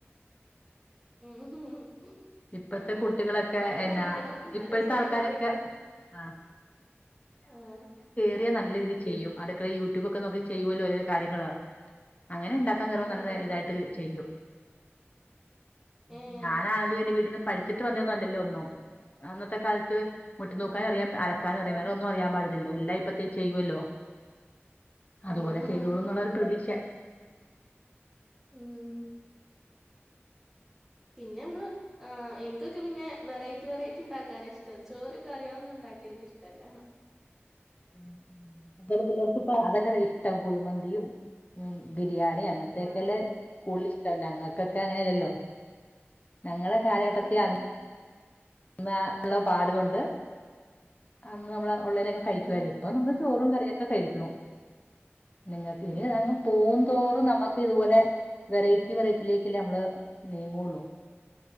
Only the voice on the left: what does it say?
ഇപ്പത്തെ
കുട്ടികളൊക്കെ
എന്നാ
ഇപ്പഴത്തെ
ആൾക്കാരൊക്കെ
ആഹ്
<unintelligible> നല്ലരീതി ചെയ്യും അടുക്കളെ യൂട്യൂബൊക്കെ നോക്കി ചെയ്യുവല്ലോ ഒരോരൊ കാര്യങ്ങള് അങ്ങനെ ഇണ്ടാക്കാ കേറ്മ്പോ
നല്ല
ഇതായിട്ട് ചെയ്യും ഇപ്പ
ഞാനാണേലു എന്റെ വീട്ട്ന്ന് പഠിച്ചിട്ട് വന്നേന്നല്ലല്ലോ ഒന്നും അന്നത്തെ കാലത്ത് മുറ്റം
തൂക്കാനും അറിയാം അലക്കാനും അറിയാ വേറെ ഒന്നും അറിയാ പാടില്ലല്ലോ എല്ലാം ഇപ്പത്തെ ചെയ്യുവല്ലോ അതുപോലെ
ചെയ്തോളുംന്നുള്ളൊരു പ്രതീക്ഷ
<unintelligible> പിള്ളേർക്ക്പ്പം അതെല്ലല്ലോ ഇഷ്ടം കുഴിമന്തിയും ഉം ബി ബിരിയാണി അങ്ങൻത്തക്കെല്ലേ
കൂടുതല് ഇഷ്ടം ഞങ്ങക്കൊക്കെ അങ്ങനെയല്ലല്ലോ ഞങ്ങളെ കാലഘട്ടത്തി
അ ന്നാ ഇള്ള പാട്കൊണ്ട് അന്ന് അമ്മളെ ഉള്ളേനെക്കെ കഴിക്കുവാരുന്നു
ഇപ്പൊ നമ്മള് ചോറും കറിയൊക്കെ കഴിക്ക്ണു നിങ്ങക്ക്
<unintelligible> പോവും തോറും നമ്മ ക്ക് ഇത്പോലെ വെറൈറ്റി വെറൈറ്റിയിലേക്കല്ലേ നമ്മള് നീങ്ങോള്ളു